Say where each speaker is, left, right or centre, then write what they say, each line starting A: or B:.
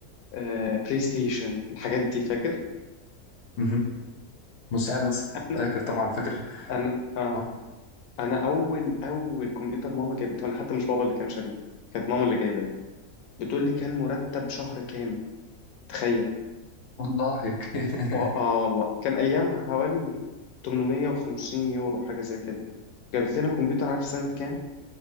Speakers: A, on the left; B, on the left.
A: آه بلاي ستيشن الحاجات دي فاكر
B: مم. مستحيل انسى
A: انا
B: فاكر طبعا فاكر
A: انا آه
B: اه
A: انا اول اول كمبيوتر ماما جابته انا حتى مش بابا اللي كان شاريه كانت ماما اللي جايباه بتقول لي كان مرتب شهر كامل تخيل
B: والله هيك. <laughs>
A: و- اه والله كان ايامها حوالي 850 يورو حاجه زي كده جابت لنا كمبيوتر عارف سنه كام